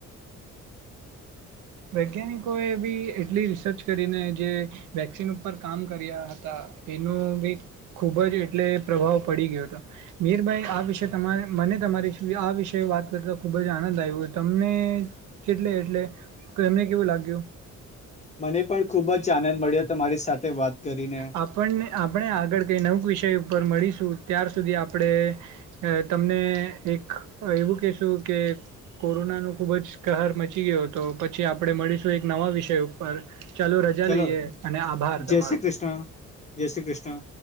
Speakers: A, on the right; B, on the left.
A: વૈજ્ઞાનિકો એ બી એટલી રિસર્ચ કરીને જે વેક્સિન ઉપર કામ કર્યા હતા એનો ભ ખુબ જ એટલે પ્રભાવ પડી ગયો હતો મીરભાઈ આ વિષ તમારે મને તમારી આ વિષ વાત કરતા ખૂબ જ આનંદ આવ્યો તમને કેટલે એટલે કર એમને કેવું લાગ્યો
B: મને પણ ખુબ જ આનંદ મળ્યો હતોરી સાથે વાત કરીને.
A: આપણને આપણે આગળ કઈ નવુક વિષય પર મળીશું ત્યાર સુધી આપણે તમને એક એવું કહેશું કે કોરોના ન ખુબ જ કહર મચી ગયો હતો પછી આપણે મળીશું એક નવા વિષય ઉપર ચાલો રજા
B: ચલો
A: લઈએ અને આભાર
B: જય
A: તમારો
B: શ્રી કૃષ્ણ જય શ્રી કૃષ્ણ